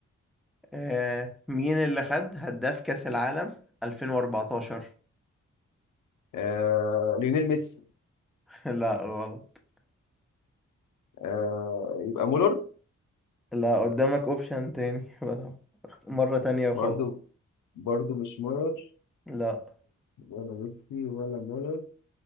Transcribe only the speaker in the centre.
آه مين اللي خد هداف كأس العالم 2014
<laughs> لا غلط
لا قدامك اوبشن تاني <laughs> بس مرة تانية وخلاص
لا